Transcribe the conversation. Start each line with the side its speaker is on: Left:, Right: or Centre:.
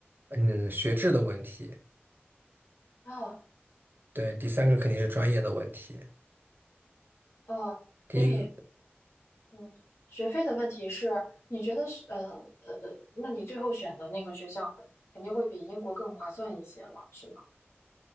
Right: 嗯学制的问题，
Left: 哦
Right: 对，第三个肯定是专业的问题。
Left: 哦，
Right: 第一个，
Left: 所以。嗯，学费的问题是，你觉得是呃呃，呃，那你最后选的那个学校肯定会比英国更划算一些了，是吗？